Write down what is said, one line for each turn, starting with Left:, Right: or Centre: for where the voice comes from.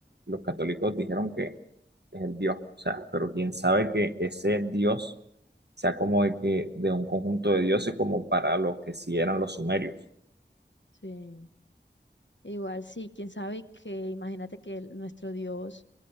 Right: los católicos dijeron que es el Dios, o sea, pero quién sabe que ese Dios sea como de que de un conjunto de dioses como para los que sí eran los sumerios.
Left: Sí. Igual sí, quién sabe que imagínate que el- nuestro dios